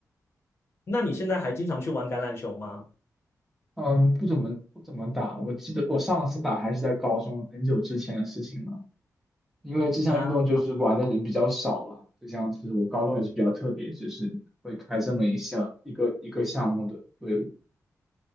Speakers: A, on the left; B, in the centre.
A: 那你现在还经常去玩橄榄球吗？
B: 嗯，不怎么不怎么打。我记得我上次打还是在高中，很久之前的事情了。因为这项运动就是玩的人比较少了，
A: 啊？
B: 就像是我高中也是比较特别，就是会开这么一项一个一个项目的队伍。